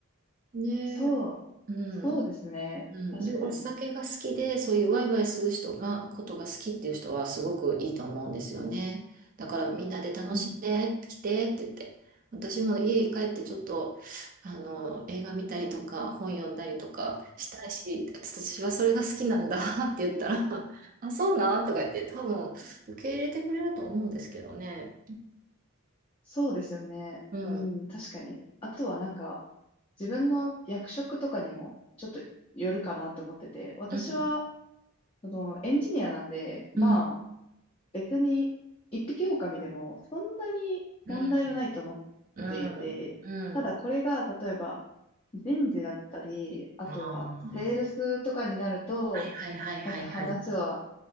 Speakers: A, on the right; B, on the left.
A: で、
B: そう、
A: うん。
B: そうですね。
A: うん、
B: 確かに。
A: で、お酒が好きで、そういうワイワイする人が、ことが好きっていう人はすごくいいと思うんですよね。だからみんなで楽しんで、
B: うん。
A: 来てって言って。私も家に帰ってちょっと、あの、映画見たりとか、本読んだりとかしたいし、私はそれが好きなんだ <laughs> って言ったら、あ、そうなんとか言って、多分受け入れてくれると思うんですけどね。
B: そうですよね。
A: うん、
B: うん、確かに。あとはなんか、自分の役職とかにもちょっとよるかなと思ってて、私は、
A: うん、
B: その、エンジニアなんで、まあ、
A: うん、
B: 別に、一匹狼でも、そんなに問題はないと思っていて、
A: うん、うん、うん。
B: ただこれが、例えば、人事だったり、あとは、
A: ああ、
B: セールスとかになると、
A: はいはいはいはいはい。
B: また話は